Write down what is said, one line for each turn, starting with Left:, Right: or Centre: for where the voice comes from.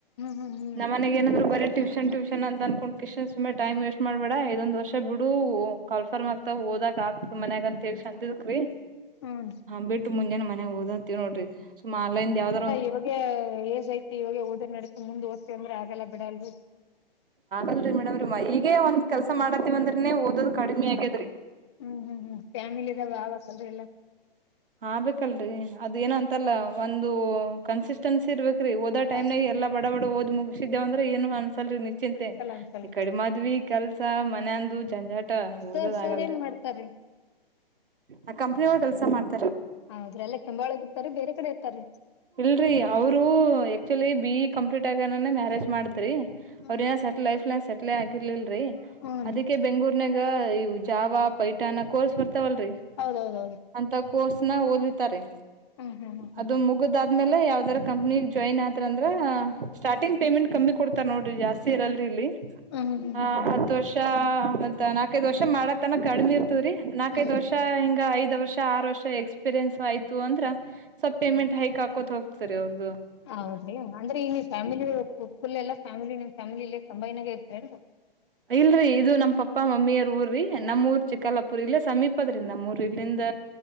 Left: ಹ್ಮ್ ಹ್ಮ್
Right: ನಮ್ಮ ಮನೆಗೆ ಏನಂದ್ರು ಬರ ಟ್ಯೂಷನ್ ಟ್ಯೂಷನ್ ಅನ್ಕೊಂಡ್ ಕಿಷನ್ ಸುಮ್ಮನೆ ಟೈಮ್ ವೆಸ್ಟ್ ಮಾಡಬೇಡ ದೊಂದ ವರ್ ಬಿಡು ಕಾಲ್ ಫಾರ್ಮ್ಆಗ್ ಓದಕ್ ಆಗ್ತದ ಮನ್ಯಾಗಂತ ಹೇಸಂತದ್ರೀ
Left: ಹ್ಮ್
Right: ಬಿ ಮುಂಜಾನೆ ಮನೆಗ್ ಓದಂತ ಹೆಲ್ರಿ ಸುಮ್ ಆನ್ಲೈನ್ ಯಾವ್ದ್
Left: ಇವಾಗ ಏಜ್ ಐತಿ ಇವಾಗ ಓದ ನಡತಿ ಮುಂದ್ ಓದ್ತಿವಿ ಅಂದ್ರೆ ಅಗಲ್ಲಾ ಬಿಡಲ್ರಿ
Right: ಇಲ್ಲ ರೀ ಮೇಡಮ್ ರೀ ಈಗೇ ಒಂದ್ ಕೆಲ್ಸ ಮಾಡತಿವ ಅಂದ್ರನೇ ಓದೋದು ಕಡಿಮಿ ಆಗ್ಯೇದ್ರೀ
Left: ಹ್ಮ್ ಹ್ಮ್ ಹ್ಮ್ ಫ್ಯಾಮಿಲಿ ಇದಾವ ಆಗಬೇಕಲ್ರಿ ಎಲ್ಲಾ
Right: ಹ ಆಗಬೇಕಲ್ರಿ ಅದ ಏನ ಅಂತಲ್ಲ ಒಂದು ಕನ್ಸಿಸ್ಟೆನ್ಸಿ ಇರ್ಬೇಕು ಓದ ಟೈಮನಾಗ
Left: ಹೌ
Right: ಎಲ್ಲಾ ಬಡಬಡಓದ್ ಮುಗಿಸಿದ್ದಿವಿ ಅಂದ್ರ ಏನು ಅ ಲ್ ನಿಚಿಂತೆ
Left: ಅನ್ಸಲ್ಲ ಅನ್ಸಲ್
Right: ಈ ಕಡಿ ಮದ್ವಿ ಕೆಲ್ಸ ಮನಂದು ಜಂಜಾಟ ಓದದ್
Left: ಸರ್ ಸರ್
Right: ಆಗಲ್ರರಿ
Left: ಏನ್ ಮಾಡ್ತಾರೀ
Right: ಆ ಕಂಪನಿ ಒಳಗ ಕೆಲಸ ಮಾಡ್ತ
Left: ಹೌದ್ರಿ ಎಲ್ಲ ಕೆಂಬಾಳಗ ಇರ್ತಾರೀ ಬೇರೆ ಕಡೆ ಇರ್ತಾರೀ
Right: ಇಲ್ರಿ ಅವರು ಆಕ್ಚುಲಿ ಬಿ ಇ ಕಂಪ್ಲೀಟ್ ಆಗನೇ ಮ್ಯಾರೇಜ್ ಮಾಡಿದ್ರಿ
Left: ಹ್ಮ್
Right: ಅವ್ರಏನ
Left: ಹ್ಮ್ ಹ್ಮ್
Right: ಸೆಟ್ಲ್ ಲೈಫ್ ನ ಸೆಟ್ಲೆ ಆಗಿರ್ಲಿಲ್ಲ
Left: ಹ್ಮ್
Right: ಅದಕ್ಕೆ ಬೆಂಗಗಳೂರ್ನಾಗ ಇ ಜಾವ ಪೈಠಾನ ಕೋರ್ಸ್ ಬರ್ತ ಇತವಲ್ರಿ
Left: ಹೌದೌದೌದು
Right: ಅಂತ ಕೋರ್ಸ್ನ ಓದಿರುತಾರಿ
Left: ಹ್ಮ್ ಹ್ಮ್ ಹ್ಮ್ ಹ್ಮ್
Right: ಅದು ಮುಗುದಾದ್ಮೇಲೆ ಯಾವದರ ಕಂಪ್ನಿ ಜಾಯಿನ್ ಆದ ಅಂದ್ರ ಸ್ಟಾರ್ಟಿಂಗ್ ಪೇಮೆಂಟ್ ಕಮ್ಮಿ ಕೊಡ್ತಾರ ನೋಡ್ರಿ ಜಾಸ್ತಿ ಇರಲ್ರಿ ಇಲ್ಲಿ
Left: ಹ್ಮ್ ಹ್ಮ್ ಹ್ಮ್
Right: ಹ ಹತ್ ವರ್ಷ ಅಂತ ನಾಕೈದ ವರ್ಷ ಮಾಡತನ ಕಡಿಮೆ ಇರ್ತವ್ರಿ ನಾಕೈದ್
Left: ಹ್ಮ್ ಹ್ಮ್
Right: ವರ್ಷ ಹಿಂಗ ಐದ್ ವರ್ಷ ಆರು ವರ್ಷ ಎಕ್ಸ್ಪೀರಿಯನ್ಸ್ ಆಯ್ತು ಅಂದ್ರ ಸ್ವಲ್ ಪೇಮೆಂಟ್
Left: ಹ್ಮ್
Right: ಹೈಕ್ ಹಾಕೋತ್ ಹೋಗ್ತಾರೆರಿ ಅವರ ದ
Left: ಹೌದ್ರಿ ಅಂದ್ರೆ ಈ ನೀ ಫ್ಯಾಮಿಲಿ ಫುಲ್ ಎಲ್ಲಾ ಫ್ಯಾಮಿಲಿ ನಿಮ್ ಫ್ಯಾಮಿಲಿ ಇಲ್ಲಿ ಕೆಂಬಾಯಿನ ಗೆ ಇರುತ್ತದೆ ಏನ್ರಿ
Right: ಇಲ್ರರಿ ಇದು ನಮ್ ಪಪ್ಪಾ ಮಮ್ಮಿಯ ಊರ್ರಿ ನಮ್ಮೂಊರ್ ಚಿಕ್ಕಲ್ಲಾಪುರ್ ಇಲ್ಲೇ ಸಮೀಪದ್ರೀ ನಮ್ಮೂರ್ ಇಲ್ಲಿಂದ